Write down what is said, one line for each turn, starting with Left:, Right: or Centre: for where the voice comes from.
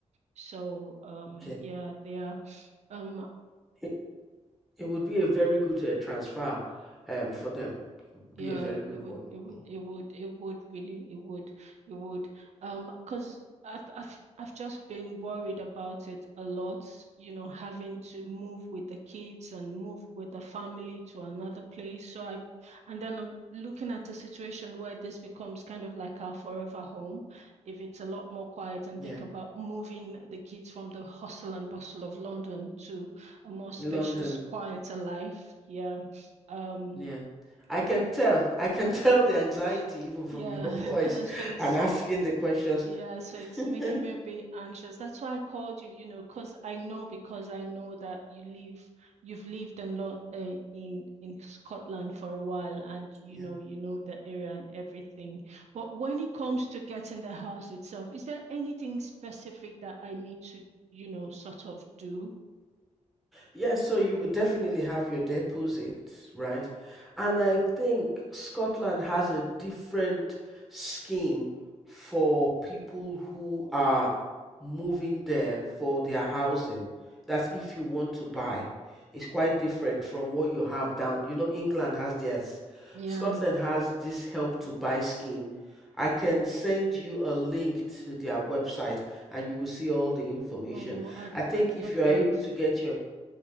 Right: So um
Centre: Okay,
Right: yeah they are. Um
Centre: it, it would be a very good uh, transfer um, for them. It would
Right: Yeah,
Centre: be a very good
Right: it would,
Centre: one.
Right: it would,
Centre: Mm.
Right: it would, it would really, it would, it would. Um, 'cause I've, I've, I've just been worried about it a lot, you know, having to move with the kids and move with the family to another place. So I, and then I'm looking at a situation where this becomes kind of like our forever home, if it's a lot more quiet, and
Centre: Yeah,
Right: think about moving the kids from the hustle and bustle of London to a more spacious,
Centre: London.
Right: quieter life here. Um,
Centre: Yeah. I can tell. I can tell the anxiety
Right: Sh-
Centre: even from
Right: Yeah,
Centre: your <laughs>
Right: <laughs>
Centre: voice
Right: and so it's
Centre: and asking the questions.
Right: yeah, so it's
Centre: <laughs>
Right: making me a bit anxious. That's why I called you, you know, because I know because I know that you live, you've lived in Lo uh, in in Scotland for a while, and you
Centre: Yeah.
Right: know, you know the area and everything. But when it comes to getting the house itself, is there anything specific that I need to, you know, sort of do?
Centre: Yeah, so you would definitely have your deposits, right? And I think Scotland has a different scheme for people who are moving there for their housing. That's if you want to buy. It's quite different from what you have down. You know, England has theirs.
Right: Yeah.
Centre: Scotland has this help to buy scheme. I can send you a link to their website and you will see all the information.
Right: Oh, I'd
Centre: I think
Right: I'd love
Centre: if you are
Right: that.
Centre: able to get your